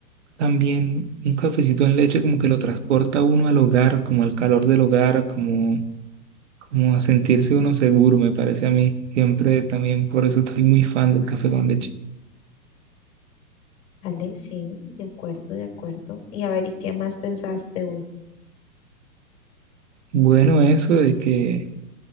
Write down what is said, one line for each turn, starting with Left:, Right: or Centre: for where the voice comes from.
Right: también un cafecito en leche como que lo transporta uno al hogar, como al calor del hogar, como, como a sentirse uno seguro, me parece a mí. Siempre también por eso estoy muy fan del café con leche.
Left: Vale, sí, de acuerdo, de acuerdo. Y a ver, ¿y qué más pensaste hoy?
Right: Bueno, eso de que